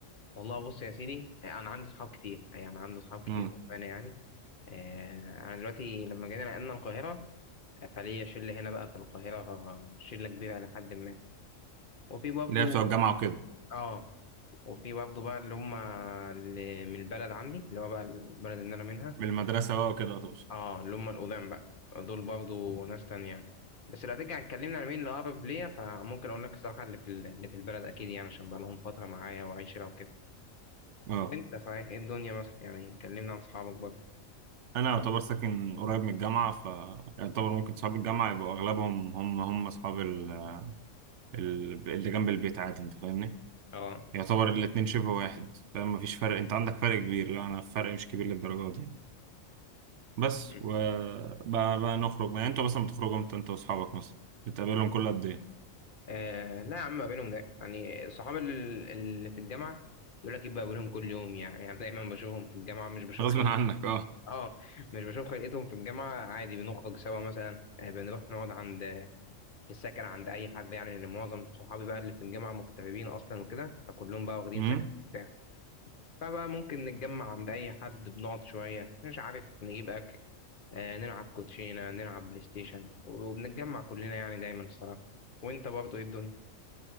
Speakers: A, on the left; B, on the right.
A: والله بص يا سيدي انا عندي اصحاب كتير يعني عندي اصحاب كتير
B: امم
A: بامانه يعني آه، انا دلوقتي لما جينا نقلنا القاهره فليا شله هنا بقى في القاهره شله كبيره لحد ما وفي برضو
B: اللي هي بتوع الجامعه وكده
A: اه وفي برضو بقى اللي هم اللي من البلد عندي اللي هو بقى البلد اللي انا منها
B: من المدرسه بقى وكده تقصد
A: اه اللي هم القدام بقى دول برضو ناس تانية يعني بس لو هترجع اتكلمنا على مين اللي أقرب ليا فممكن أقول لك الصراحة اللي في ال- اللي في البلد أكيد يعني عشان بقى لهم فترة معايا وعشرة وكده
B: اه
A: وأنت صحيح إيه الدنيا مثلا يعني كلمنا عن صحابك برضه
B: انا يعتبر ساكن قريب من الجامعه فيعتبر ممكن صحاب الجامعه يبقوا اغلبهم هم هم اصحاب ال... ال... اللي جنب البيت عادي انت فاهمني
A: اه
B: يعتبر الاتنين شبه واحد فاهم مفيش فرق انت عندك فرق كبير لا انا فرق مش كبير للدرجه دي بس
A: م.
B: وبقى بقى نخرج يعني انتوا مثلا بتخرجوا امتى انت واصحابك مثلا بتقابلهم كل قد ايه
A: آه لا يا عم ما بينهم ده يعني صحاب ال- اللي في الجامعة يقول لك يبقى بينهم كل يوم يعني يعني دايما بشوفهم في الجامعة مش بشوف
B: غصب
A: خلق
B: عنك
A: اه مش بشوف خلقتهم في الجامعة عادي بنخرج سوا مثلا آه بنروح نقعد عند في السكن عند اي حد يعني لان معظم صحابي بقى اللي في الجامعه مغتربين اصلا وكده فكلهم بقى واخدين
B: اه
A: سكن وبتاع فبقى ممكن نتجمع عند اي حد بنقعد شويه مش عارف نجيب اكل آه نلعب كوتشينه نلعب بلاي ستيشن وبنتجمع كلنا يعني دايما الصراحه وانت برضو ايه الدنيا